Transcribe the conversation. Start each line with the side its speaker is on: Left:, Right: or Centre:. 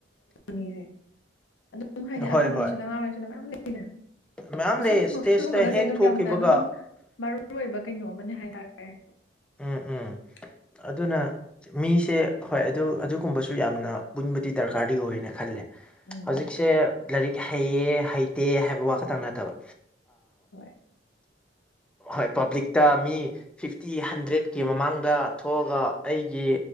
Left: ꯃꯤꯁꯦ ꯑꯗꯨꯝ ꯍꯥꯏꯗꯤ
Centre: ꯍꯣꯏ
Left: ꯑꯍꯟ ꯑꯣꯏꯁꯤꯅ
Centre: ꯍꯣꯏ
Left: ꯑꯉꯥꯡ ꯑꯣꯏꯔꯤꯁꯤꯅ ꯃꯌꯥꯝ ꯂꯩ ꯁꯤꯗ
Centre: ꯃꯌꯥꯝ ꯂꯩ
Left: ꯁꯨꯝ
Centre: ꯏꯁꯇꯦꯖꯇ
Left: ꯁꯤꯒꯨꯝꯕꯒꯁꯦ
Centre: ꯍꯦꯛ
Left: ꯑꯗꯨꯝ
Centre: ꯊꯣꯛꯈꯤꯕꯒ
Left: ꯌꯥꯝꯅ ꯑꯗꯨꯝ ꯃꯔꯨ ꯑꯣꯏꯕ ꯀꯩꯅꯣ ꯑꯃꯅꯦ ꯍꯥꯏꯇꯥꯔꯦ <inaudible>
Centre: ꯎꯝ ꯎꯝ ꯑꯗꯨꯅ ꯃꯤꯁꯦ ꯍꯣꯏ ꯑꯗꯨ ꯑꯗꯨꯒꯨꯝꯕꯁꯨ ꯌꯥꯝꯅ ꯄꯨꯟꯕꯗꯤ ꯗꯔꯀꯥꯔꯗꯤ ꯑꯣꯏꯌꯦꯅ ꯈꯜꯂꯦ
Left: ꯎꯝ
Centre: ꯍꯧꯖꯤꯛꯁꯦ
Left: ꯎꯝ
Centre: ꯂꯥꯏꯔꯤꯛ ꯍꯩꯌꯦ ꯍꯩꯇꯦ ꯍꯥꯏꯕ ꯋꯥ ꯈꯛꯇꯪ ꯅꯠꯇꯕ
Left: ꯍꯣꯏ
Centre: ꯍꯣꯏ ꯄꯕ꯭ꯂꯤꯛꯇ ꯃꯤ ꯐꯤꯐꯇꯤ ꯍꯟ ꯗ꯭ꯔꯦꯠꯀꯤ ꯃꯃꯥꯡꯗ ꯊꯣꯛꯑꯒ ꯑꯩꯒꯤ